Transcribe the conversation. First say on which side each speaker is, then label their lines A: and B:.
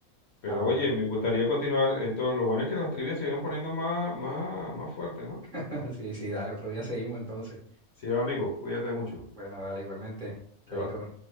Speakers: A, on the left (about 55°); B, on the right (about 40°).
A: Pero
B: Ah, bueno.
A: oye, me gustaría continuar esto. Lo bueno es que las trivias se van poniendo más, más, más fuertes, ¿no?
B: <laughs> Sí, sí, dale, otro día seguimos entonces.
A: Sí, va, amigo, cuídate mucho.
B: Bueno, dale igualmente. Chaito.
A: Se va.